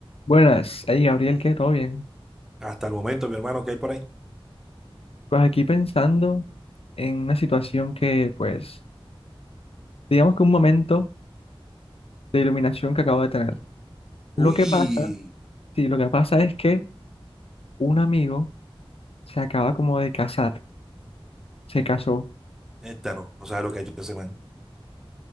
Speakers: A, on the left (about 75°); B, in the centre.
A: Buenas, hey Gabriel, ¿qué? ¿Todo bien?
B: Hasta el momento, mi hermano, ¿qué hay por ahí?
A: Pues aquí pensando en una situación que, pues, digamos que un momento de iluminación que acabo de tener. Lo
B: Uy,
A: que pasa, sí, lo que pasa es que un amigo se acaba como de casar, se casó,
B: neta, no, no sabe lo que ha hecho ese man.